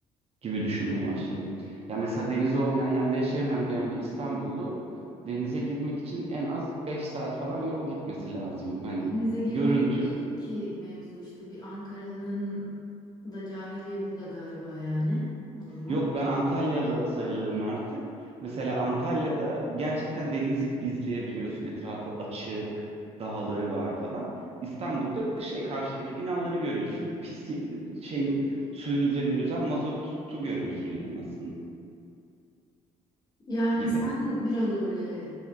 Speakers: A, on the right; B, on the left.
A: gibi düşünmeye başladım. Ya mesela denizi olmayan yerde yaşayamam diyen bir İstanbullu denize girmek için en az 5 saat falan yol gitmesi lazım. Hani
B: Denize girmek
A: görüntü
B: değil ki mevzu işte bir Ankaralı'nın da cahilliği burada galiba yani o zaman.
A: Yok ben Antalyalı sayılırım artık. Mesela Antalya'da gerçekten denizi izleyebiliyorsun. Etrafı açık, dağları var falan. İstanbul'da şey karşıdaki binaları görüyorsun. Pis y- şeyin suyun üzerine yüzen mazotu görüyorsun yani aslında
B: Yani
A: gibi.
B: sen biraz öyle